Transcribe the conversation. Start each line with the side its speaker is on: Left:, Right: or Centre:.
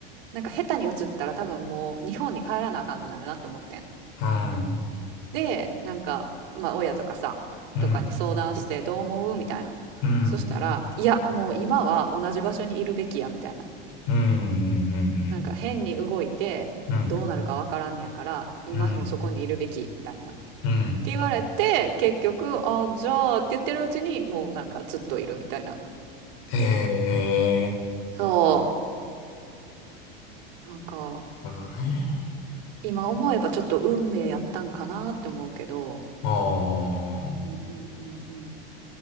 Right: なんか下手に移ったら多分もう日本に帰らなあかんくなるなって思ってん。
Left: あ、
Right: で、なんか、まあ親とかさ、
Left: うん、
Right: とかに相談してどう思うみたいな。
Left: うん、
Right: そしたら、
Left: うん、
Right: いや、もう今は同じ場所にいるべきや、みたいな。
Left: うん、うん、
Right: なんか変に動いてどうなるかわからんねやから今もそこにいるべきみたいなっ
Left: うん、うん、うん。
Right: て言われて結局あじゃあって言ってるうちにもうなんかずっといるみたいな
Left: へえ、
Right: そうなんか
Left: なるほどね。
Right: 今思えばちょっと運命やったんかなって思うけど
Left: ああ、
Right: うんうんうんうん